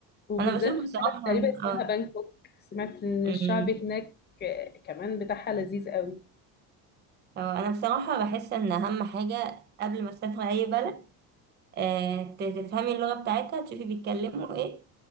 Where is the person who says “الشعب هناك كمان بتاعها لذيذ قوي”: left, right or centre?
Left